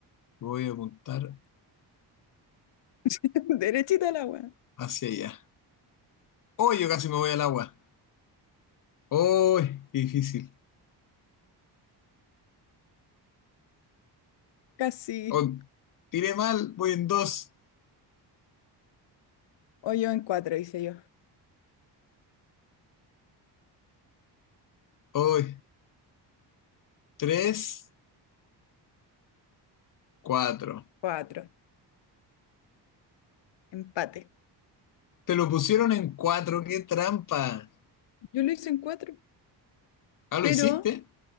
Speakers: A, on the left; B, on the left.
A: voy a apuntar
B: <laughs> Derechita al agua.
A: hacia allá. ¡Oh! Yo casi me voy al agua. ¡Oh! Qué difícil.
B: Casi.
A: Oh, tiré mal, voy en dos.
B: Hoyo en cuatro, hice yo.
A: ¡Oh! Tres, cuatro.
B: Cuatro. Empate.
A: Te lo pusieron en cuatro, qué trampa.
B: Yo lo hice en cuatro,
A: Ah,
B: pero
A: ¿lo hiciste?